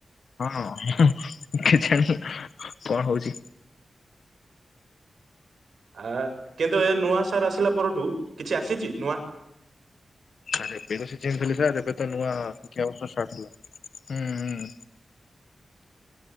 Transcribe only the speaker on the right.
ଆ କିନ୍ତୁ ଏ ନୂଆ ସାର୍ ଆସିଲା ପରଠୁ କିଛି ଆସିଚି ନୂଆ?